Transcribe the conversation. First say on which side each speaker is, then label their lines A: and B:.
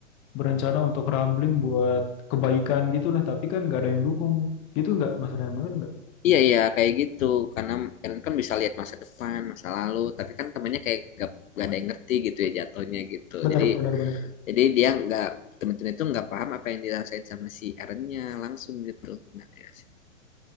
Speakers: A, on the left; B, on the left.
A: berencana untuk rambling buat kebaikan gitulah, tapi kan nggak ada yang dukung. Gitu nggak Mas Rian, benar nggak?
B: iya iya kayak gitu karena Ellen kan bisa lihat masa depan masa lalu tapi kan temannya kayak gak, gak ada yang ngerti gitu ya jatuhnya gitu
A: Benar
B: jadi
A: benar benar.
B: jadi dia nggak teman-teman itu nggak paham apa yang dirasain sama si Erennya langsung gitu nah, ya sih.